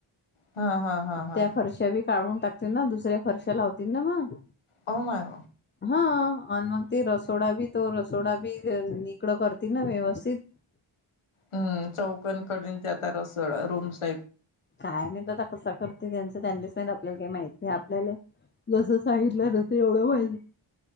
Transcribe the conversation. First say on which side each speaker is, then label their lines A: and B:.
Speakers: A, on the left; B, on the left.
A: हा हा हा हा
B: त्या फरशा, बी काढून टाक. ते ना दुसऱ्या फर्शा लावतील ना मग.
A: हो मग.
B: हा आणि मग ते रसोडा बी तो रसोडा बी निकडं करतील ना व्यवस्थित.
A: हम्म चौकन कडन त्याचा रस. रूम्स <inaudible>
B: काय माहीत आता कस करते, त्यांचं त्यांनीच माहित आपल्याला काही माहत नाही. आपल्याला जसं सांगितलं तस एवढं माहिती.